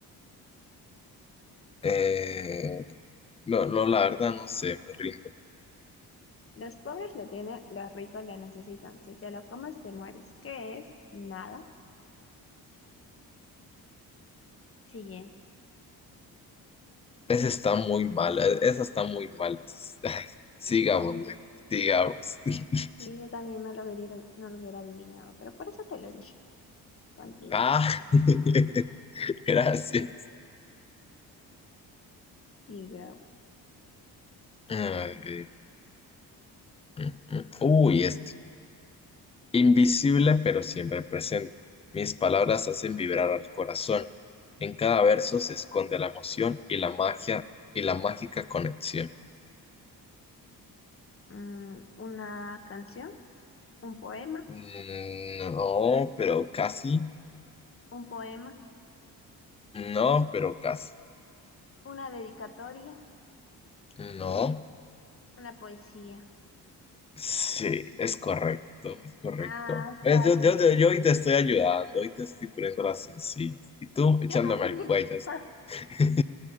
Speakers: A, on the left (about 15°); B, on the left (about 35°).
A: eh, no, no, la verdad no sé, me rindo.
B: Los pobres lo tienen, los ricos lo necesitan. Si te lo comes, te mueres. ¿Qué es? Nada. Siguiente.
A: Esa está muy mala, esa está muy mala. <laughs> Ay, Sigamos,
B: Sí,
A: mejor, sigamos. <laughs>
B: sí, yo también no lo hubiera, no lo hubiera adivinado, pero por eso te lo dije. Continuemos.
A: Ah, <laughs> gracias.
B: Diga,
A: Ay, mm, mm. Uy, este. Invisible pero siempre presente. Mis palabras hacen vibrar al corazón. En cada verso se esconde la emoción y la magia y la mágica conexión.
B: mm, una canción. Un poema,
A: Mm, No, pero casi.
B: un poema,
A: No, pero casi.
B: una dedicatoria,
A: No.
B: una poesía.
A: Sí, es correcto, es correcto.
B: Ah, estaba
A: ¿Ves? Yo,
B: sencillo.
A: yo, yo, yo hoy te estoy ayudando, hoy te estoy poniendo las sencillas. Y tú
B: Yo
A: echándome
B: también.
A: al cuello.
B: <laughs>
A: <laughs>